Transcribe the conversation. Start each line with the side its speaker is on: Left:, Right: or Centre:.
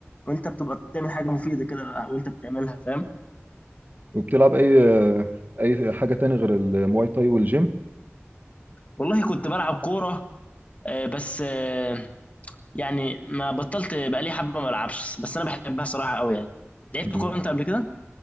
Left: وأنت بتبقى بتعمل حاجة مفيدة كده وأنت بتعملها فاهم
Right: وبتلعب اي اي حاجه تاني غير المواي تاي والجيم
Left: والله كنت بلعب كورة آه، بس آه، يعني ما بطلت بقالي حبة ما ألعبش بس أنا بحبها صراحة أوي يعني لعبت
Right: مم.
Left: كورة أنت قبل كده؟